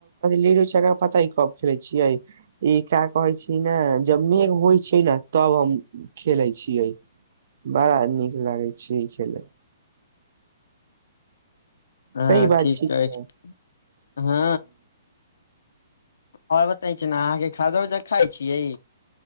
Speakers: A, on the right; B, on the left.
A: लीड होय छै पता कब खेलै छियै, ई क्या कहै छै ने जब मेघ होइ छै ने तब हम खेलै छियै। बड़ा नीक लागै छै ई खेलय।
B: हँ
A: सही बात
B: ठीक कहै
A: ह
B: छी। हँ आओर बता। जेना आहाँ के खाजा उजा खाइ छियै?